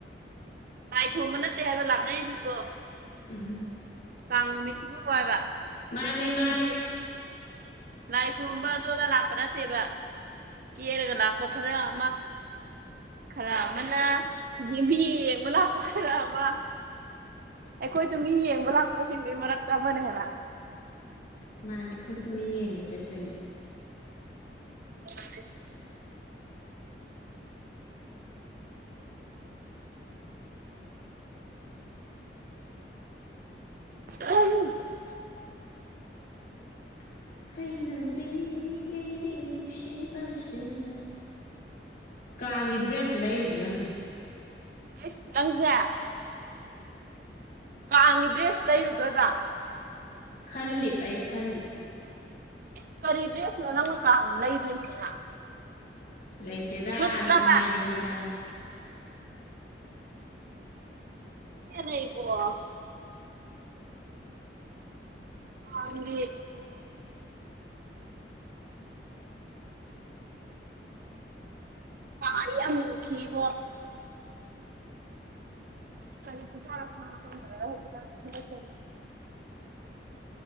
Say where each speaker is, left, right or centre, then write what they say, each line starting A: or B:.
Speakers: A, on the right; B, on the left.
A: ꯊꯨꯝꯕ ꯅꯠꯇꯦ ꯍꯥꯏꯕ ꯂꯥꯛꯅꯩꯁꯤꯗꯣ
B: ꯎꯝ
A: ꯇꯥꯡꯉ ꯃꯠꯇꯕꯨ ꯋꯥꯕ
B: ꯃꯥꯅꯦ ꯃꯥꯅꯦ
A: ꯌꯦ ꯂꯥꯏ ꯈꯨ ꯔꯝꯕ ꯑꯖꯣꯗ ꯂꯥꯛꯄ꯭ꯔ ꯇꯕ ꯀꯔꯒꯅꯥꯥꯛꯄ ꯈꯔ ꯑ ꯈꯔ ꯑꯃꯅ ꯌꯦꯡꯕꯤ ꯌꯦꯡꯕ ꯂꯥꯛꯞꯄ ꯈꯔ ꯑꯃ ꯑꯩꯈꯣꯏꯁꯨ ꯃꯤ ꯌꯦꯡꯕ ꯂꯥꯛꯄꯁꯤꯡꯗꯨꯒꯤ ꯃꯔꯛꯇ ꯑꯃꯅꯦꯕ
B: ꯃꯥꯅꯦ ꯑꯩꯈꯣꯏ ꯁꯨꯝ ꯃꯤ ꯌꯦꯡꯕ ꯆꯠꯇꯣꯏꯅꯦ
A: ꯍꯦ ꯑ
B: ꯎ ꯍꯩꯅꯕꯅꯤ ꯑꯏꯗꯦꯩꯅꯨꯁ꯭ꯦ ꯄꯁꯦꯅ ꯀꯥꯡꯒꯤ ꯗ꯭ꯔꯦꯁ ꯂꯩꯔꯨꯁꯤꯔꯪꯗꯦ
A: ꯑꯦꯁ ꯂꯪꯖꯦ ꯀꯥꯡꯒꯤ ꯗ꯭ꯔꯦꯁ ꯂꯩꯔꯨꯗ꯭ꯔꯣꯏꯗ
B: ꯈꯜꯂꯤꯞ ꯑꯩꯗꯤ ꯈꯜꯂꯤꯞ
A: ꯑꯦ ꯀꯔꯤ ꯗ꯭ꯔꯦꯁꯅꯣ ꯅꯪꯅꯀꯥꯅꯤ ꯂꯩꯗꯣꯏꯁꯤꯅ
B: ꯂꯩꯇꯦꯗ
A: ꯁꯨꯠꯂꯕ
B: ꯁꯨꯝ ꯍꯥꯏꯕꯅꯤꯗ
A: ꯑꯦꯟꯅ ꯏ ꯄ ꯑꯦ ꯑ ꯌꯥꯝ ꯃꯨꯈꯤꯕꯔꯤꯕꯣ ꯀꯔꯤ ꯁꯔ ꯁꯅ ꯐꯟ ꯇꯧꯔ ꯍꯧꯖꯤ ꯀ ꯍ ꯁ